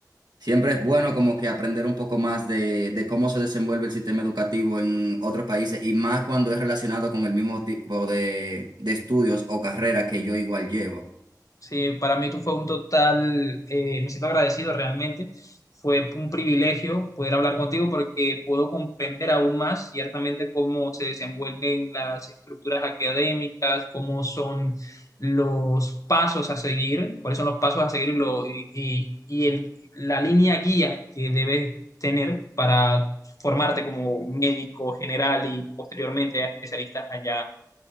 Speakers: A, on the right; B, on the left.
A: Siempre es bueno como que aprender un poco más de, de cómo se desenvuelve el sistema educativo en otros países y más cuando es relacionado con el mismo tipo de, de estudios o carrera que yo igual llevo.
B: Sí, para mí tú fue un total, eh, me siento agradecido realmente. Fue un privilegio poder hablar contigo porque puedo comprender aún más ciertamente cómo se desenvuelven las estructuras académicas, cómo son los pasos a seguir, cuáles son los pasos a seguir y, lo- y- y- y el- la línea guía que debes tener para formarte como médico general y posteriormente a especialistas allá